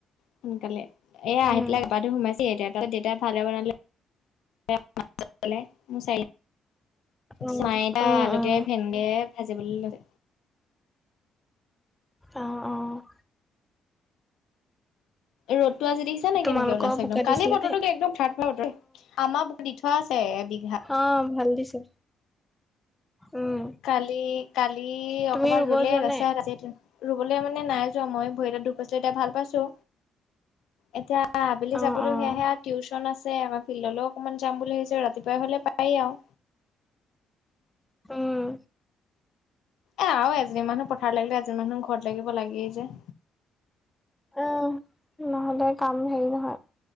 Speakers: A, on the left; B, in the centre.
A: সোনকালে এ
B: উম
A: আহি পেলাই গা ধুই সোমাইছে এতিয়া কালি দেউতাই ভালে বনালে। <unintelligible>
B: উম
A: সকে
B: উম উম
A: ভাজিবলৈ লৈ।
B: অঁ অঁ
A: ৰ'দটো আজি দেখিছা নে
B: তোমালোকৰ
A: কেনেকে ওলাইছে
B: বোকা
A: একদম
B: দিছিলে
A: কালিৰ বতৰটো
B: নে
A: একদম থাৰ ফাৰ বতৰ আমাৰ। দি থোৱা আছে এ বিঘা।
B: অ ভাল দিছে। উম
A: কালি কালি
B: তুমি
A: অকমান
B: ৰুব
A: ৰুলে
B: যোৱা
A: তাৰপিছত
B: নাই
A: <unintelligible> ৰুবলে মানে নাই যোৱা মই ভৰি এটাত দুখ পছো এতিয়া ভাল পাইছো এতিয়া আবেলি
B: অঁ
A: যাবলৈ
B: অঁ
A: সেয়াহে টিউশন আছে। ফিল্ডলৈও অকমান যাম বুলি ভাবিছো ৰাতিপুৱাই হ'লে পাৰি আৰু
B: উম।
A: এ আৰু এজনী মানুহ পথাৰ লাগিলে এজনী মানুহ ঘৰত লাগিব লাগেই যে।
B: উ নহ'লে কাম হেৰি নহয়।